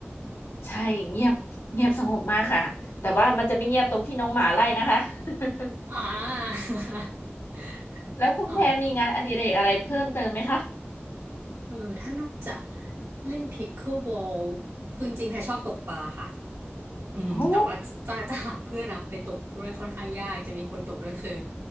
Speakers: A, on the left; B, on the right.
A: ใช่เงียบเงียบสงบมากค่ะแต่ว่ามันจะไม่เงียบตรงที่น้องหมาไล่นะคะ <laughs>
B: อ่า <laughs>
A: แล้วคุณแพรมีงานอดิเรกอะไรเพิ่มเติมไหมคะ
B: อ๋อ เออถ้านอกจากเล่นพิกเกิลบอลคือจริงๆแพรชอบตกปลาค่ะอืมแต่ว่าจะ
A: โอ้
B: <laughs> จะหาเพื่อนอะไปตกด้วยค่อนข้างยากจะมีคนตกด้วยคือ